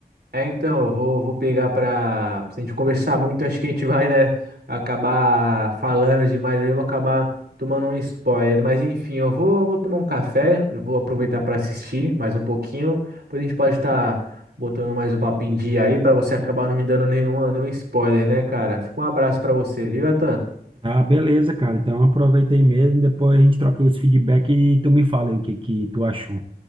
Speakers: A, on the right; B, on the right.
A: É, então, eu vou, vou pegar pra. Se a gente conversar muito, acho que a gente vai, né, acabar falando demais aí, eu vou acabar tomando um spoiler. Mas enfim, eu vou, vou tomar um café, eu vou aproveitar pra assistir mais um pouquinho. Depois a gente pode estar botando mais o papo em dia aí, pra você acabar não me dando nenhuma, nenhum spoiler, né, cara? Fica um abraço pra você, viu, Atan?
B: Ah, beleza, cara. Então aproveita aí mesmo. Depois a gente troca os feedback e tu me fala aí o que que tu achou.